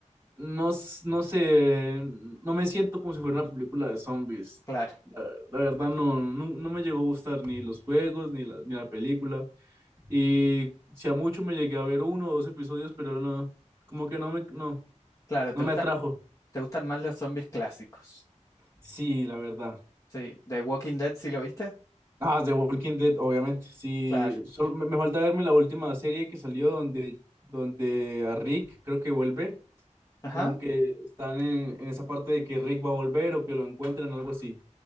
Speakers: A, on the right; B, on the left.
A: no, s- no sé, no me siento como si fuera una película de zombies.
B: claro,
A: La verdad no, no, no me llegó a gustar ni los juegos, ni la, ni la película. Y si a mucho me llegué a ver uno o dos episodios, pero no, como que no me, no,
B: claro,
A: no
B: te gustan,
A: me atrajo.
B: te gustan más los zombies clásicos.
A: Sí, la verdad.
B: Sí, The Walking Dead, ¿sí lo viste?
A: Ah, The Walking Dead, obviamente. Sí,
B: Claro.
A: solo me, me falta verme la última serie que salió donde, donde a Rick creo que vuelve.
B: Ajá.
A: Como que están en, en esa parte de que Rick va a volver o que lo encuentran, algo así.